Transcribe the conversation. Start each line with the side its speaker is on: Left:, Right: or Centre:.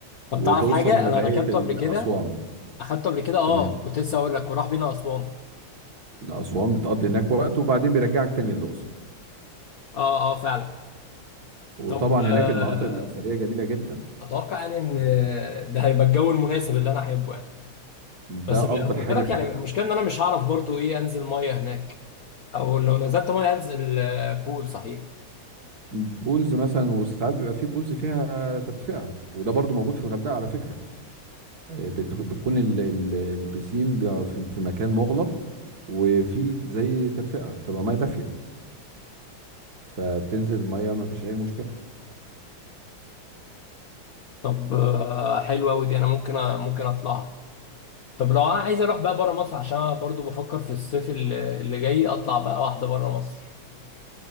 Left: طب
Right: وتوصل
Left: تعرف حاجه
Right: لغاية
Left: انا ركبته قبل كده
Right: أسوان
Left: اخدته قبل كده اه
Right: تمام
Left: كنت لسه اقول لك وراح بينا اسوان
Right: أسوان بتقضي هناك وقت وبعدين بيرجعك تاني الأقصر
Left: اه اه فعلا
Right: وطبعا
Left: طب
Right: هناك
Left: آه
Right: المناطق الأثرية جميلة جدا
Left: اتوقع يعني ان
Right: آه،
Left: ده هيبقى الجو المناسب اللي انا احبه يعني
Right: ده
Left: بس
Right: أفضل
Left: خد
Right: حاجة
Left: بالك
Right: في
Left: يعني
Right: الشتاء
Left: المشكله ان انا مش هعرف برضه ايه انزل ميه هناك او لو نزلت ميه انزل آه، بول صحيح
Right: بولز مثلا وساعات بيبقى فيه بولز فيها تدفئة وده برضو موجود في الغردقة على فكرة آه، بت- بتكون ال- ال- البسين بيبقى في في مكان مغلق وفي زي تدفئة بتبقى مية دافية فبتنزل مية ما فيش أي مشكلة
Left: طب آه حلوه قوي دي انا ممكن ممكن اطلعها طب لو انا عايز اروح بقى بره مصر عشان انا برضه بفكر في الصيف اللي اللي جاي اطلع بقى واحده بره مصر